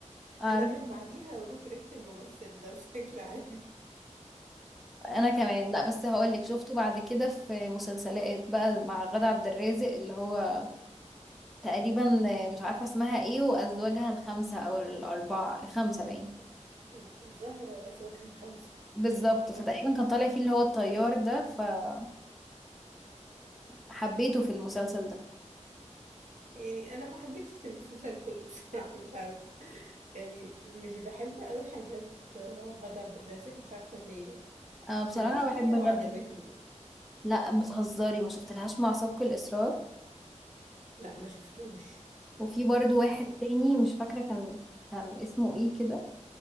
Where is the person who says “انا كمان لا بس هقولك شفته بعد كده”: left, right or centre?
Centre